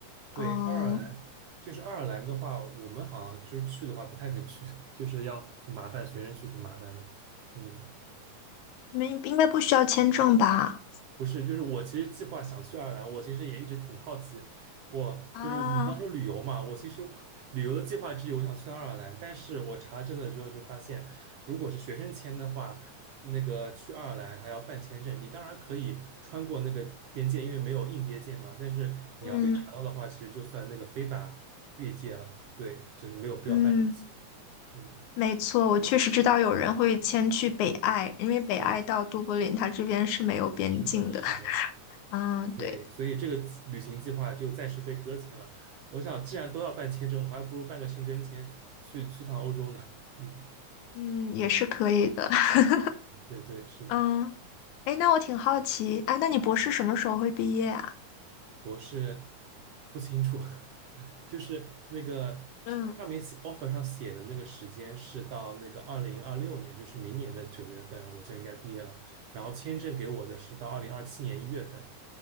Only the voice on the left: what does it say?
嗯，
你们应该不需要签证吧？
啊，
嗯
嗯。
没错，我确实知道有人会迁去北爱，因为北爱到都柏林，
它这边是没有边境的。
嗯，对，
嗯，也是可以的。<laughs>
嗯，哎，那我挺好奇，哎，那你博士什么时候会毕业啊？
嗯